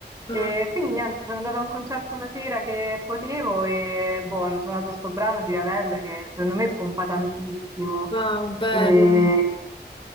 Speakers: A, on the right; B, on the left.
A: e
B: Ah,
A: quindi niente, sono andata a un concerto una sera che potevo e boh, hanno suonato sto brano di Ravel che secondo me pompa tantissimo.
B: wow, bello.
A: E